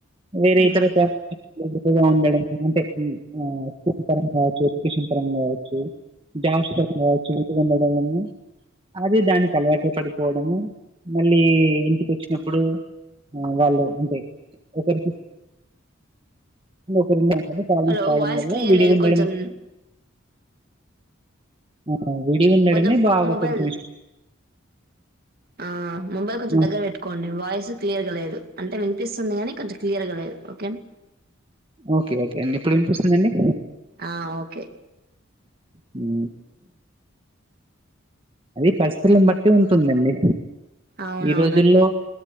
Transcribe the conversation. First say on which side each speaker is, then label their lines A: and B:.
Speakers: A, on the right; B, on the right.
A: వేరే
B: హ్మ్.
A: ఇతర <inaudible> ఉండడం అంటే ఆ స్కూల్ పరంగా కావచ్చు, ఎడ్యుకేషన్ పరంగా కావచ్చు జాబ్స్ పరంగా ఉండడం గాని అది దాని అలవాటు పడిపోవడము మళ్ళీ ఇంటికి వచ్చినప్పుడు ఆ వాళ్ళు అంటే ఒకరికి ఒకరి మాటలు ప్రాబ్లమ్స్
B: హలో
A: రావడం
B: వాయిస్
A: వల్లా
B: క్లియర్
A: విడిగుండడం
B: లేదు కొంచెం
A: ఆ విడిగుండడమే
B: కొంచెం
A: బాగా
B: మొబైల్
A: కొంచెం ఇష్
B: ఆ మొబైల్ కొంచెం
A: హ్మ్.
B: దగ్గర పెట్ కొన్ని వాయిస్ క్లియర్గా లేదు అంటే వినిపిస్తుంది కానీ కొంచం క్లియర్గా లేదు ఓకేనా.
A: ఓకే ఓకే అండి ఇప్పుడు వినిపిస్తుందండి.
B: ఆ ఓకే
A: హ్ అది పరిస్థితులను బట్టి ఉంటుందండి,
B: అవునవునండి
A: ఈ రోజుల్లో